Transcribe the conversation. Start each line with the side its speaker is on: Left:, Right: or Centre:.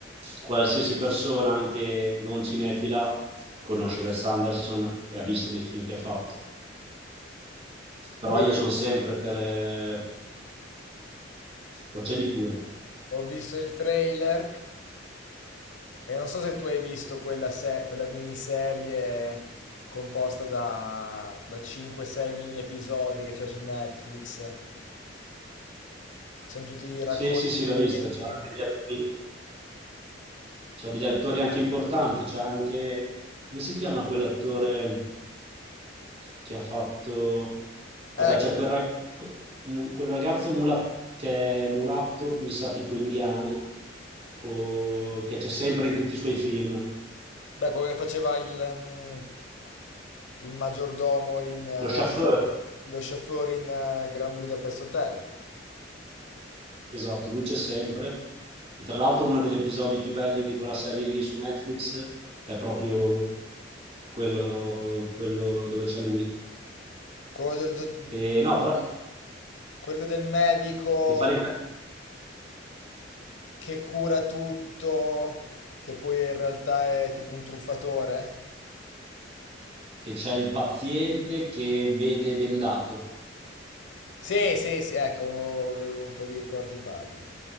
Right: qualsiasi persona, anche non cinefila, conosce Wes Anderson e ha visto dei film che ha fatto.
Left: Comunque
Right: Però io sono sempre per... Procedi pure.
Left: ho visto il trailer e non so se tu hai visto quella, se- quella miniserie composta da, da 5-6 mini episodi che c'è su Netflix, che sono tutti racconti
Right: Sì, sì, sì,
Left: brevi.
Right: l'ho vista. C'ha degli attori, c'ha degli attori anche importanti, c'ha anche... Come si chiama quell'attore? che ha fatto... Vabbè,
Left: Eh,
Right: c'è
Left: che,
Right: quel ragazzo, mu- quel ragazzo mula- che è mulatto, mi sa tipo indiano, o- che c'è sempre in tutti i suoi film.
Left: beh, quello che faceva il, mm, il maggiordomo in, eh,
Right: Lo chauffeur,
Left: lo chauffeur in eh, Grand Budapest Hotel.
Right: esatto, lui c'è sempre. E tra l'altro uno degli episodi più belli di quella serie lì su Netflix è proprio quello, quello dove c'è lui.
Left: Quello del, do-
Right: E no, però
Left: quello del medico
Right: che fa ridere
Left: che cura tutto, che poi in realtà è tipo un truffatore?
Right: che c'è il paziente che vede bendato.
Left: Sì, sì, sì, ecco, avevo un po' di ricordi vaghi.